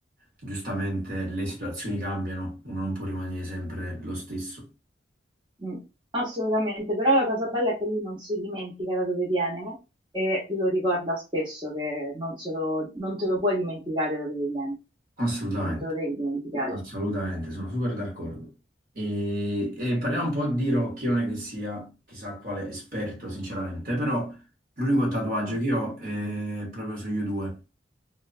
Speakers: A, on the right; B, on the right.
A: giustamente le situazioni cambiano, uno non può rimanere sempre lo stesso.
B: Mm, Assolutamente, però la cosa bella è che lui non si dimentica da dove viene e lo ricorda spesso che non, se lo- non te lo puoi dimenticare da dove vieni,
A: Assolutamente,
B: non te lo devi dimenticare.
A: assolutamente, sono super d'accordo. E, e parliamo un po' di Rocky, non è che sia chissà quale esperto, sinceramente, però l'unico tatuaggio
B: Ah,
A: che ho è proprio sugli U2.